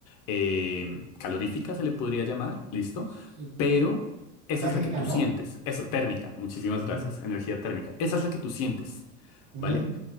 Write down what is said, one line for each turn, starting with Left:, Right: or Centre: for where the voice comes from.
Left: eh, calorífica, se le podría llamar, ¿listo?
Right: Sup-
Left: Pero
Right: Sí.
Left: esa
Right: Térmica,
Left: es la que tú
Right: ¿no?
Left: sientes. Eso, térmica. Muchísimas
Right: Ujú.
Left: gracias. Energía térmica. Esa es la que tú sientes.
Right: Ujú.
Left: ¿Vale?